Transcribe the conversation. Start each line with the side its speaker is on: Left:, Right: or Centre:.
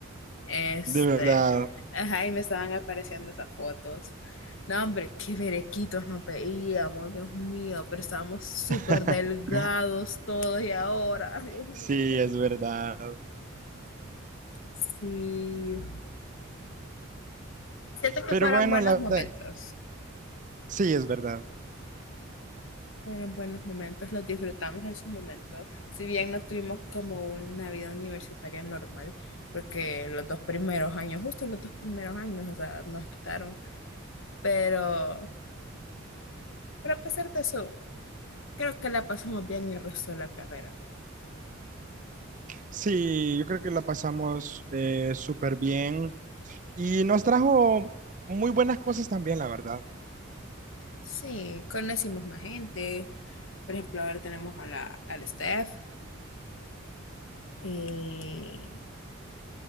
Left: Este,
Right: de verdad.
Left: ajá, y me estaban apareciendo esas fotos. No, hombre, qué berequitos nos veíamos, Dios mío, pero estábamos súper
Right: <laughs>
Left: delgados todos y ahora, Dios mío.
Right: Sí, es verdad.
Left: Sí, siento que
Right: Pero
Left: fueron
Right: bueno,
Left: buenos
Right: la
Left: momentos.
Right: verdad, sí, es verdad.
Left: Fueron buenos momentos, los disfrutamos en su momento, si bien no tuvimos como una vida universitaria normal, porque los dos primeros años, justo los dos primeros años, o sea, nos quitaron, pero, pero a pesar de eso, creo que la pasamos bien el resto de la carrera.
Right: Sí, yo creo que la pasamos eh, súper bien y nos trajo muy buenas cosas también, la verdad.
Left: Sí, conocimos más gente, por ejemplo, ahora tenemos a la, al Steph y,